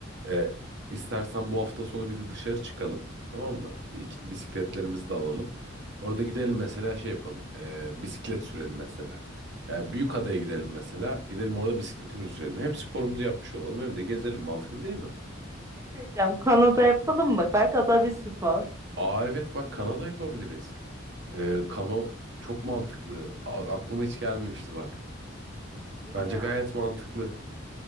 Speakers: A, on the right; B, on the right.
A: E, istersen bu hafta sonu bir de dışarı çıkalım tamam mı? Bir iki- bisikletlerimizi de alalım. Orada gidelim mesela şey yapalım. e, bisiklet sürelim mesela. E, Büyükada'ya gidelim mesela. Gidelim orada bisikletimizi sürelim. Hem sporumuzu yapmış olalım hem de gezelim. Mantıklı değil mi?
B: Ne diyeceğim? Kanada yapalım mı? Belki o bir spor.
A: Aa evet bak kano yapabiliriz. E, kano çok mantıklı. A- aklıma hiç gelmemişti bak.
B: Bilmiyorum.
A: Bence gayet mantıklı.